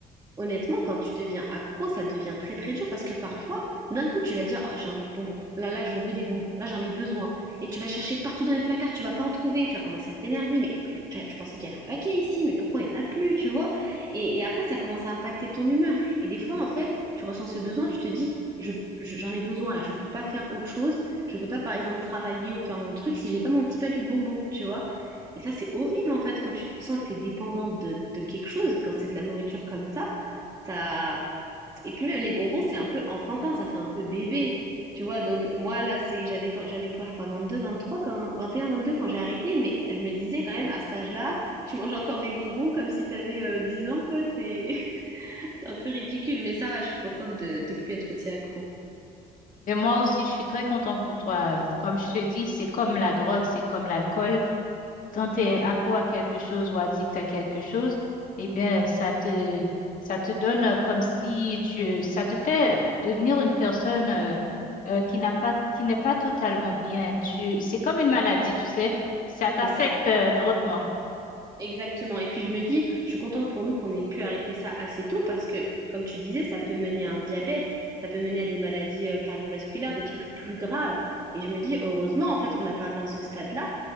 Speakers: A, on the right; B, on the left.
A: Honnêtement, quand tu deviens accro, ça devient très très dur parce que parfois, d'un coup, tu vas dire, oh, j'ai envie de bonbons. Là, là, je veux des bonbons. Là, j'en ai besoin. Et tu vas chercher partout dans les placards, tu vas pas en trouver. Tu vas commencer à t'énerver. Mais j'a- je pensais qu'il y avait un paquet ici, mais pourquoi il y en a plus, tu vois? Et, et après, ça commence à impacter ton humeur. Et des fois, en fait, tu ressens ce besoin, tu te dis, je, je- j'en ai besoin là. Je peux pas faire autre chose. Je peux pas, par exemple, travailler ou faire mon truc si j'ai pas mon petit paquet de bonbons, tu vois? Et ça, c'est horrible en fait quand tu te sens que tu es dépendante de, de quelque chose, quand c'est de la nourriture comme ça. Ça... Et puis même les bonbons, c'est un peu enfantin, ça fait un peu bébé. Tu vois, donc moi là, c'est j'avais quand- j'avais quoi, je crois vingt-deux, vingt-trois quand vingt et un, vingt-deux quand j'ai arrêté, mais je me disais quand même à cet âge-là, tu manges encore des bonbons comme si t'avais avais 10 ans quoi, c'est <laughs> c'est un peu ridicule, mais ça va, je suis contente de de plus être aussi accro.
B: Mais moi aussi, je suis très contente pour toi. Comme je te dis, c'est comme la drogue, c'est comme l'alcool. quand tu es accro à quelque chose ou addict à quelque chose, eh bien, ça te, ça te donne euh, comme si tu, ça te fait devenir une personne euh, euh, qui n'a pas, qui n'est pas totalement bien. Tu, c'est comme une maladie, tu sais, ça t'affecte
A: C'est ça.
B: euh, grandement.
A: Exactement. Et puis je me dis, je suis contente pour nous qu'on ait pu arrêter ça assez tôt parce que, comme tu disais, ça peut mener à un diabète, ça peut mener à des maladies euh, cardiovasculaires, des trucs plus graves. Et je me dis, heureusement, en fait, qu'on n'a pas atteint ce stade-là